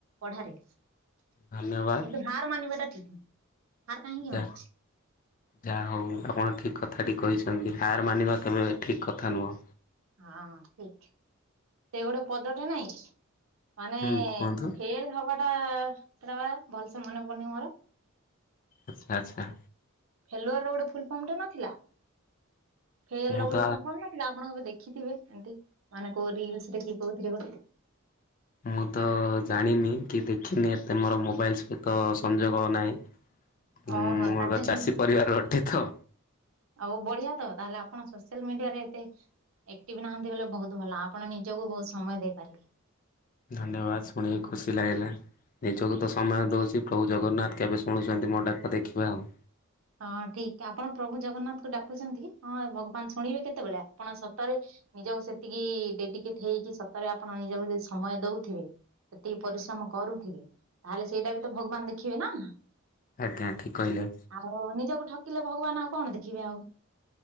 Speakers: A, on the right; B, on the left.
A: ପଢାରେ। କିନ୍ତୁ
B: ଧନ୍ୟବାଦ।
A: ହାର ମାନିବା ଟା ଠିକ୍ ନୁହେଁ। ହାର କାହିଁକି
B: ଯା
A: ମାନିବେ?
B: ଯାହା ହଉ ଆପଣ ଠିକ କଥାଟି କହିଛନ୍ତି। ହାର ମାନିବା କେବେ ବି ଠିକ୍ କଥା ନୁହଁ।
A: ହଁ ଠିକ୍। ସେ ଗୋଟେ ପଦଟେ ନାଇଁ ମାନେ,
B: ହୁଁ କୁହନ୍ତୁ
A: ଫେଲ୍ ହବା ଟା ସେଟା ବା ଭଲ୍ ସେ ମନେ ପଡୁନି ମୋର।
B: ଆଚ୍ଛା ଆଚ୍ଛା।
A: ଫେଲୁଅର୍ ଗୋଟେ ଫୁଲ ଫର୍ମ ଟେ ନଥିଲା! ଫେଲ୍
B: ମୁଁ
A: ର ଗୋଟେ
B: ତ
A: ଫୁଲ୍ ଫର୍ମ ନଥିଲା, ଆପଣ କେବେ ଦେଖ୍ ଖିଥିବେ ଏମତି, ମାନେ କୋଉ ରିଲସ୍ ରେ କି କଉଥିରେ ଗୋଟେ।
B: ମୁଁ ତ ଜାଣିନି, କି ଦେଖିନି। ଏତେ ମୋର ମୋବାଇଲ ସହିତ ସଂଯୋଗ ନାହିଁ। ହୁଁ,
A: ଓହୋ
B: ମୁଁ
A: ତାହେଲେ
B: ଏକ ଚାଷୀ
A: ହେ
B: ପରିବାର ଅଟେ ତ!
A: ଆଉ, ବଢିଆ ତ ତାହେଲେ ଆପଣ ସୋସିଆଲ ମିଡିଆରେ ଏତେ ଏକ୍ଟିଭ୍ ନାହାନ୍ତି ବଲେ, ବହୁତ ଭଲ, ଆପଣ ନିଜକୁ ବହୁତ ସମୟ ଦେଇପାରିବେ।
B: ଧନ୍ୟବାଦ। ଶୁଣିକି ଖୁସି ଲାଗିଲା। ନିଜକୁ ତ ସମୟ ଦଉଛି, ପ୍ରଭୁ ଜଗନ୍ନାଥ କେବେ ଶୁଣୁଛନ୍ତି ମୋ ଡାକ ଦେଖିବା ଆଉ?
A: ହଁ, ଠିକ୍ ଆପଣ ପ୍ରଭୁ ଜଗନ୍ନାଥଙ୍କୁ ଡାକୁଛନ୍ତି। ହଁ, ଭଗବାନ ଶୁଣିବେ କେତେବେଳେ? ଆପଣ ସତରେ ନିଜକୁ ସେତିକି ଡେଡିକେଟ୍ ହେଇକି ସତରେ, ଆପଣ ନିଜକୁ ଯଦି ସମୟ ଦଉଥିବେ ସେତିକି ପରିଶ୍ରମ କରୁଥିବେ, ତାହେଲେ ସେଇଟା ବି ତ ଭଗବାନ ଦେଖିବେ ନା!
B: ଆଜ୍ଞା। ଠିକ୍ କହିଲେ।
A: ଆଉ, ନିଜକୁ ଠକିଲେ ଭଗବାନ ଆଉ, କଣ ଦେଖିବେ ଆଉ?